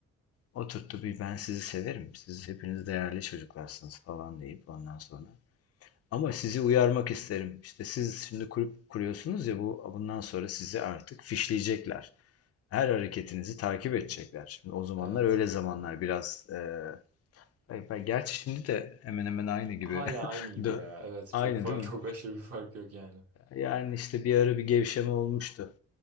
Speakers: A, on the left; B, on the right.
A: Oturttu bir ben sizi severim. Siz hepiniz değerli çocuklarsınız falan deyip ondan sonra ama sizi uyarmak isterim. İşte siz şimdi kulüp kuruyorsunuz ya bu bundan sonra sizi artık fişleyecekler. Her hareketinizi takip edecekler. Şimdi o zamanlar
B: Evet.
A: öyle zamanlar biraz e, ay- ay- gerçi şimdi de hemen hemen aynı gibi.
B: Hala aynı
A: <laughs>
B: gibi
A: Dö-
B: ya. Evet.
A: Aynı
B: Çok fark,
A: değil mi?
B: çok aşırı bir fark yok yani.
A: Yani işte bir ara bir gevşeme olmuştu.